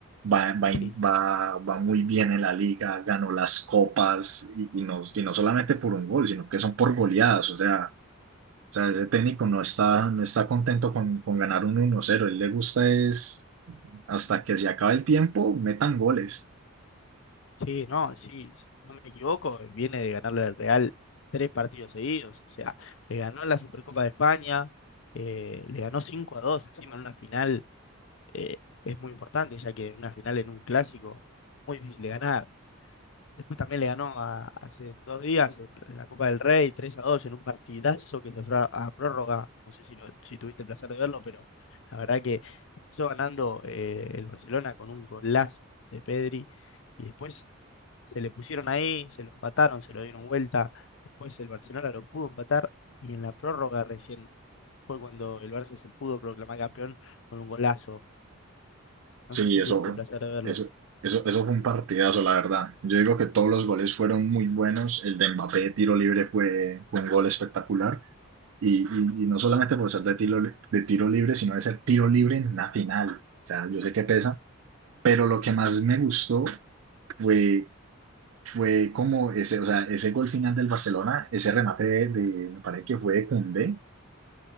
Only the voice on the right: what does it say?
va, va, in-
va, va muy bien en la liga, ganó las copas y, y no, y no solamente por un gol, sino que son por goleadas, o sea, o sea, ese técnico no está, no está contento con, con ganar un 1-0, él le gusta es hasta que se acabe el tiempo, metan goles.
Sí,
eso,
eso, eso, eso fue un partidazo, la verdad. Yo digo que todos los goles fueron muy buenos. El de Mbappé de tiro libre fue, fue un gol espectacular. Y, y, y no solamente por ser de tiro, de tiro libre, sino de ser tiro libre en una final. O sea, yo sé que pesa, pero lo que más me gustó fue, fue como ese, o sea, ese gol final del Barcelona, ese remate de, de- me parece que fue de Koundé,